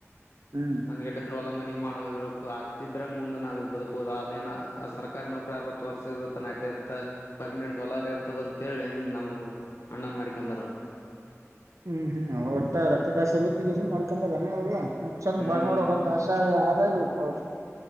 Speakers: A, on the right; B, on the left.
A: ಹ್ಮ್
B: ನನ್ಗೆಡ್ ದ್ವಲ ಮನಿ ಮಾಡೋವರು. ಆಸ್ತಿ ಇದ್ರ ಮುೆ ನಾವವು ಇದು ಬದುಕೋ ಅದೇನ ಸರ್ಕಾರಿ ನೌಕರಿ ಅವತ್ತು ವರ್ಷ ಇತ್ತ ನೈಟ ಇರ್ತ ಪರ್ಮಿನೆಂಟ್. ತಲರ್ ಇರ್ತದ ಅಂತೇಳಿ ನಮ್ಮ ಅಣ್ಣನ್ ಮಾಡಿಕಂದರು.
A: ಹ್ಮ್ ಹ್ಮ್ ಅವ ಒಟ್ಟ ರಕ್ಕ ಕಾಶ ಬಿದ್ದಸ ಮಾಡ್ಕೊಂಡಾನ ಅವ್ರ. ಚಂದ
B: ಹ್ಮ್
A: ಬಳ ನೋಡಕ್ಂತ ಅಸಹ ಆದ ಇಲ್ಲಪ್ಪ